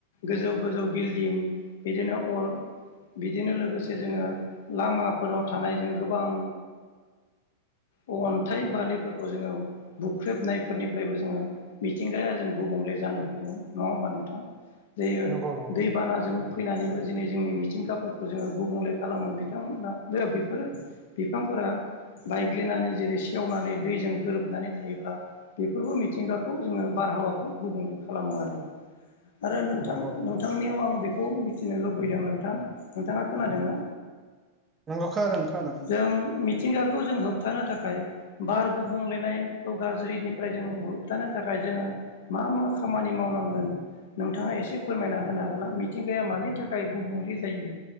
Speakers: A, on the left (about 70°); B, on the right (about 20°).
A: गोजौ गोजौ बिल्डिं बिदिनो अर बिदिनो लोगोसे जोङो लामाफोराव थानायजों गोबां ओ अनथाइ बालिफोरखौ खौ जोङो बुख्रेबनायफोरनिफ्रायबो जोङो मिथिंगाया जों गुबुंले जानो हमो नङा होमबा नोंथां थां
B: नंगौ नंगौ
A: दैबानाजो फैनानैबो दिनै जोंनि मिथिंगाफोरखौ जोङो गुबुंले खालामो बिथांमोना बेफोरो बिफांफोरा बायग्लिनानै जेरै सेवनानै दैजों गोरोबनानै थायोब्ला बेफोरबो मिथिंगाखौ जोङो बारहावाखौ गुबुंले खालामो आरो आरो नोंथां
B: नंगौ
A: नोंथांनियाव आं बेखौ मिथि मिथिनो लुबैदों नोंथां नोंथाङा खोनादों ना?
B: नंगौ खोनादों खोनादों
A: जों मिथिंगाखौ जों होबथानो थाखाय बार गुबलेनायखौ गाज्रिनिफ्राय जों होबथानो थाखाय जोङो मा मा खामानि मावनांगौ गोन नोंथाङा एसे फोरमायना होनो हागोन ना मिथिंगाया मानि थाखाय गुबुंले जायो